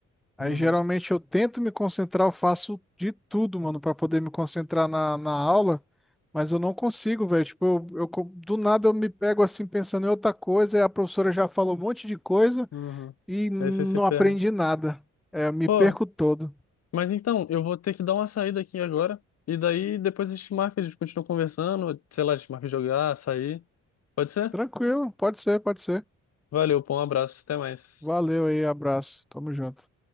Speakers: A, in the centre; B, on the left (about 55°).
A: Aí
B: Uhum.
A: geralmente eu tento me concentrar, eu faço de tudo, mano, para poder me concentrar na, na aula, mas eu não consigo, velho. Tipo, eu, eu co- do nada eu me pego assim pensando em outra coisa, e a professora já falou um monte de coisa
B: Uhum.
A: e não
B: Aí você se perde.
A: aprendi nada. É, eu me
B: Pô,
A: perco todo.
B: mas então, eu vou ter que dar uma saída aqui agora. E daí depois a gente marca, a gente continua conversando. Sei lá, a gente marca jogar, sair. Pode ser?
A: Tranquilo, pode ser, pode ser.
B: Valeu, pô, um abraço, até mais.
A: Valeu aí, abraço. Tamo junto.